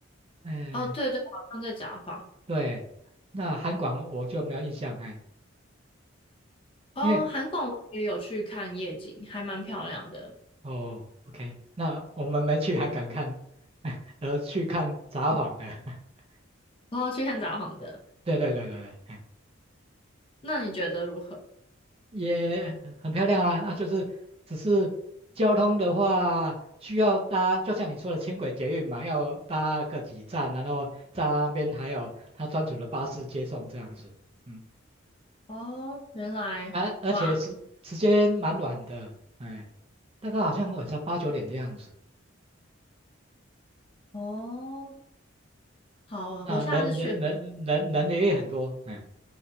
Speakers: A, on the right; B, on the left.
A: 哎，
B: 哦，对对，好像在札幌。
A: 对，那韩馆我就没有印象，哎。
B: 哦，
A: 因为
B: 韩广我也有去看夜景，还蛮漂亮的。
A: 哦，OK，那我们没去韩港看，<laughs> 而去看札幌的，<laughs>
B: 哦，去看札幌的，
A: 对对对对对，哎，
B: 那你觉得如何？
A: 也很漂亮啊啊，就是只是交通的话，需要搭，就像你说的轻轨捷运嘛，要搭个几站，然后在那边还有他专属的巴士接送这样子，嗯，
B: 哦，原来，
A: 而、而且时时间蛮晚的，
B: 哇，
A: 哎，大概好像晚上八九点的样子，
B: 哦，好，
A: 啊，
B: 我下次去。
A: 人人人人人也很多，哎，